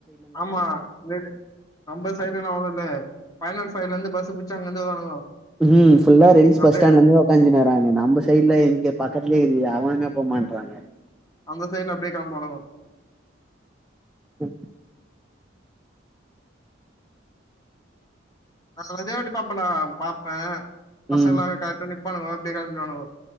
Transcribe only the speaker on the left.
ஆமா மேபி நம்ப சைடெல்லா அவ்ளோ இல்ல பைனான்ஸ் ஃபைவ்லந்து பஸ்ஸு புச்சு அங்கந்து வருவானுங்கோ
அப்டியே
அந்த சைட்ல அப்டியே கெளம்புவானுங்கோ
நா வந்தே ட்ரிப்பா பண்ணுவே பாப்பே பசங்களாக
காட்டுனு இப்பானுங்கோ இப்டியே கெளம்பிர்வானுங்கோ